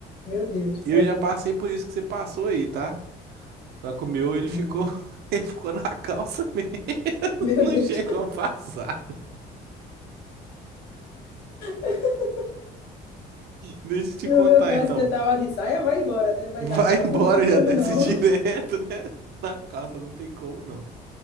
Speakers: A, on the left; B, on the right.
A: Meu Deus, conta.
B: Eu já passei por isso que você passou aí, tá? Só que o meu, ele ficou,
A: É.
B: <laughs> ele ficou na calça mesmo. <laughs>
A: Meu
B: Não
A: Deus.
B: chegou a passar.
A: <laughs>
B: Deixa eu te
A: No
B: contar
A: meu caso,
B: então.
A: que eu tava de saia, vai embora, né? Vai
B: Vai
A: dar calça,
B: embora,
A: não tem como
B: já desce
A: não.
B: <laughs> direto, né? Na calça não tem como não.